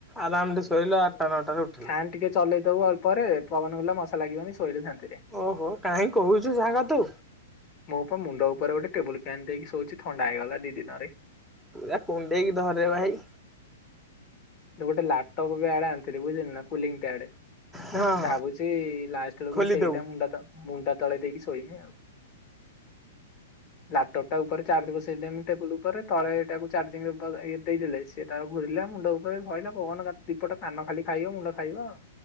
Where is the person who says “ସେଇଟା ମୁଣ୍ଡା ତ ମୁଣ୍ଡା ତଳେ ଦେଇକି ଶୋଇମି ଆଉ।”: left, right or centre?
Left